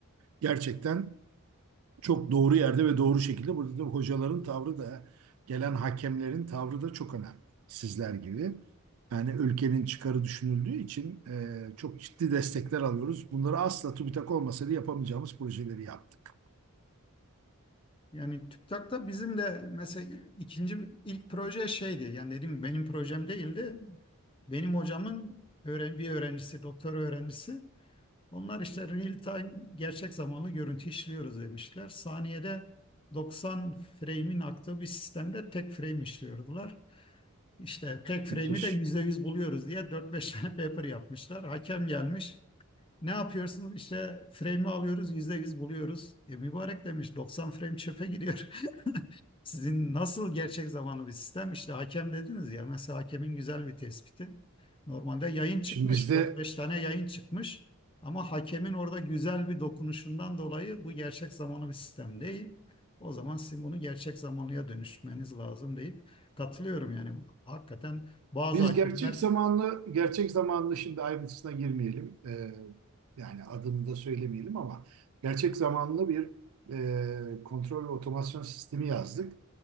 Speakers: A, on the right; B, on the left.
A: Gerçekten çok doğru yerde ve doğru şekilde. Burada tabii hocaların tavrı da gelen hakemlerin tavrı da çok önemli. Sizler gibi. Yani ülkenin çıkarı düşünüldüğü için e, çok ciddi destekler alıyoruz. Bunları asla TÜBİTAK olmasaydı yapamayacağımız projeleri yaptık.
B: Yani TÜBİTAK'ta bizim de mesela ikinci ilk proje şeydi. Yani dediğim gibi benim projem değildi. Benim hocamın öğren bir öğrencisi, doktor öğrencisi. Onlar işte real time gerçek zamanlı görüntü işliyoruz demişler. Saniyede 90 frame'in aktığı bir sistemde tek frame işliyordular. İşte tek frame'i
A: Müthiş.
B: de %100 buluyoruz diye dört beş tane paper yapmışlar. Hakem gelmiş. Ne yapıyorsun? İşte frame'i alıyoruz, yüzde yüz buluyoruz. E, mübarek demiş, 90 frame çöpe gidiyor. <laughs> Sizin nasıl gerçek zamanlı bir sistem? İşte hakem dediniz ya, mesela hakemin güzel bir tespiti. Normalde yayın çıkmış,
A: Şimdi bizde
B: 4-5 tane yayın çıkmış. Ama hakemin orada güzel bir dokunuşundan dolayı bu gerçek zamanlı bir sistem değil. O zaman sizin bunu gerçek zamanlıya dönüşmeniz lazım deyip katılıyorum yani. Hakikaten bazı
A: Biz
B: hakemler
A: gerçek zamanlı, gerçek zamanlı şimdi ayrıntısına girmeyelim. Ee, yani adını da söylemeyelim ama gerçek zamanlı bir e, kontrol ve otomasyon sistemi yazdık.